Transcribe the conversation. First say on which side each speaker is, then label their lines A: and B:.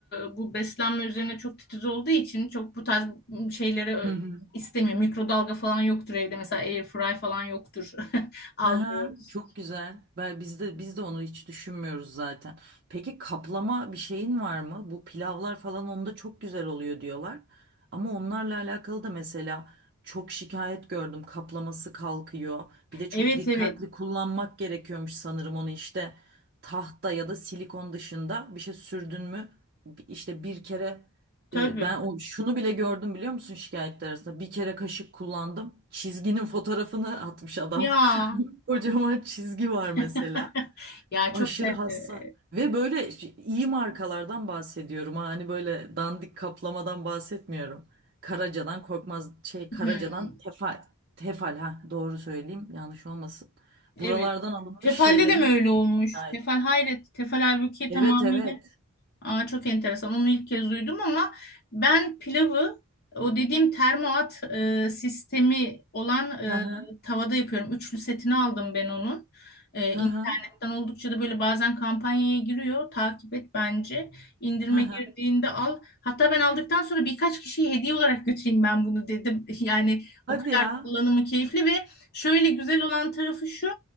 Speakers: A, on the left (about 45°); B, on the right (about 45°).
A: e, bu beslenme üzerine çok titiz olduğu için çok bu tarz şeyleri e,
B: Hı hı.
A: istemiyor. Mikrodalga falan yoktur evde mesela air fry falan yoktur. <laughs> Almıyoruz.
B: Hı hı, çok güzel. Ben biz de biz de onu hiç düşünmüyoruz zaten. Peki kaplama bir şeyin var mı? Bu pilavlar falan onda çok güzel oluyor diyorlar. Ama onlarla alakalı da mesela çok şikayet gördüm. Kaplaması kalkıyor. Bir de çok
A: Evet
B: dikkatli
A: evet
B: kullanmak gerekiyormuş sanırım onu işte tahta ya da silikon dışında bir şey sürdün mü? İşte bir kere
A: tabii.
B: e, ben o, şunu bile gördüm biliyor musun şikayetler arasında. Bir kere kaşık kullandım. Çizginin fotoğrafını atmış adam.
A: Ya
B: <laughs> Kocaman çizgi var mesela.
A: <laughs> ya çok
B: Aşırı
A: da
B: hassas.
A: e, e,
B: Ve böyle iyi markalardan bahsediyorum. ha. Hani böyle dandik kaplamadan bahsetmiyorum. Karaca'dan korkmaz şey
A: hmm,
B: Karaca'dan Tefal. Tefal ha doğru söyleyeyim yanlış olmasın.
A: evet.
B: Buralardan alınmış
A: Tefal'de
B: şeylerin
A: de mi öyle olmuş?
B: şahit.
A: Tefal hayret. Tefal halbuki
B: Evet
A: tamamıyla
B: evet.
A: Aa, çok enteresan. Onu ilk kez duydum ama ben pilavı o dediğim termoat e, sistemi olan
B: Hı
A: e,
B: hı.
A: tavada yapıyorum. Üçlü setini aldım ben onun. E,
B: Hı
A: internetten
B: hı.
A: oldukça da böyle bazen kampanyaya giriyor. Takip et bence. İndirime
B: Hı hı.
A: girdiğinde al. Hatta ben aldıktan sonra birkaç kişiye hediye olarak götüreyim ben bunu dedim. <laughs> Yani
B: Hadi
A: o kadar
B: ya.
A: kullanımı keyifli ve şöyle güzel olan tarafı şu.